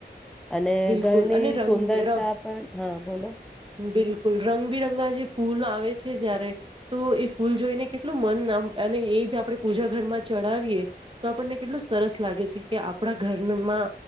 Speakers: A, in the centre; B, on the right (about 30°).
A: અને
B: બિલકુલ
A: ઘરની
B: અને રંગ
A: સુંદરતા
B: રંગ
A: પણ હા બોલો
B: બિલકુલ રંગબિરંગા જે ફૂલ આવે છે જયારે તો એ ફૂલ જોઈને કેટલું મન નામ અને એ જ આપણે પૂજા ઘરમાં ચડાવીએ તો આપણને કેટલું સરસ લાગે છે કે આપણા ઘરમાં